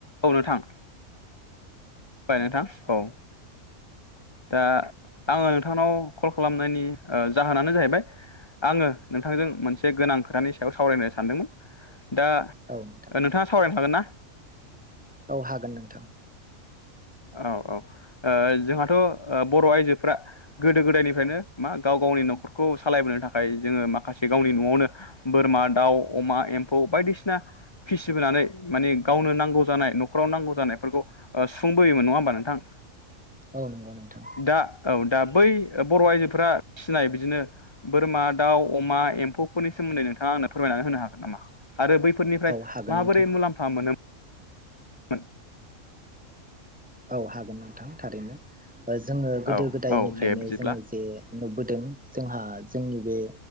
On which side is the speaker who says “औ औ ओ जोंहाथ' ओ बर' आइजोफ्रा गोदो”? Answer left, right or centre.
Left